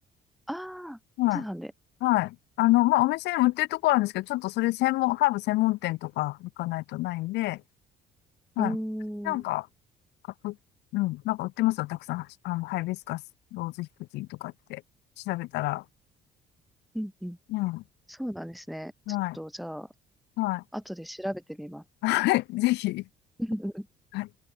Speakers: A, in the centre; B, on the left.
A: ああ、
B: はい。
A: 通販で。
B: はい。あの、まあ、お店にも売ってるところあるんですけど、ちょっとそれ専門、ハーブ専門店とか行かないとないんで、はい。
A: うー
B: なんか、
A: ん。
B: かう、うん、なんか売ってますよ、たくさん。あの、ハイビスカス、ローズヒプティンとかって調べたら。
A: うんうん。
B: うん。
A: そうなんですね。
B: はい。
A: ちょっと、じゃあ、
B: はい。
A: 後で調べてみます。
B: はい。ぜひ。
A: <laughs>
B: はい